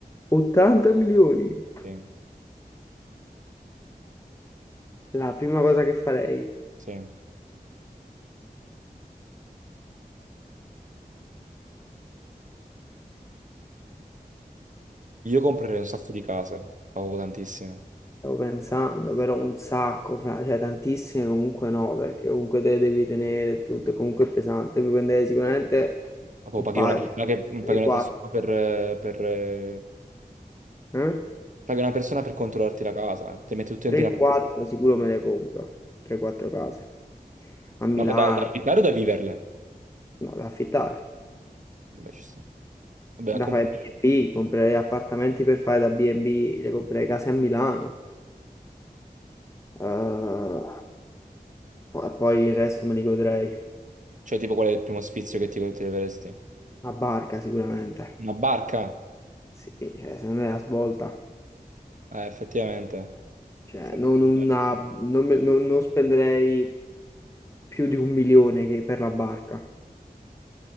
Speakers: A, on the left (about 20°); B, on the right (about 55°).
A: 80 milioni!
B: sì,
A: La prima cosa che farei,
B: sì. Io comprerei un sacco di case, ma proprio tantissime.
A: stavo pensando, però un sacco, fra- cioè tantissime comunque no, perché comunque te le devi tenere tutto, comunque è pesante, mi prenderei sicuramente
B: Ma poi
A: un
B: paghi
A: paio,
B: una persona, che,
A: 3-4,
B: paghi una persona per, eh, per, eh,
A: eh?
B: paghi una persona per controllarti la casa, ti metti tutti
A: 3-4
B: in una...
A: sicuro me le compro, 3-4 case, a Milano,
B: Ma per da, da affittare o da viverle?
A: no, da affittare.
B: Vabbè, ci sta. Vabbè, anche
A: da fare
B: un po'.
A: B&B, comprerei appartamenti per fare da B&B, le comprerei case a Milano. Eh, po- e poi il resto me li godrei.
B: Cioè, tipo, qual è il primo sfizio che ti, ti leveresti?
A: Una barca sicuramente.
B: Una barca?
A: Sì, cioè, se non è la svolta.
B: Eh, effettivamente.
A: Cioè,
B: Sarebbe
A: non, una-
B: bello.
A: non me- non- non spenderei più di un milione che per la barca.